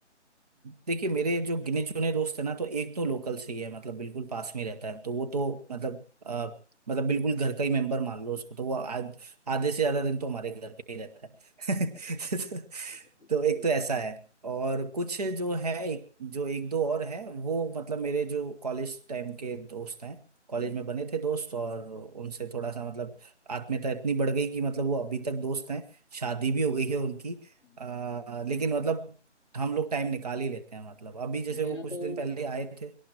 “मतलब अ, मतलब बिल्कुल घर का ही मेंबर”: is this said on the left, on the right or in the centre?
Right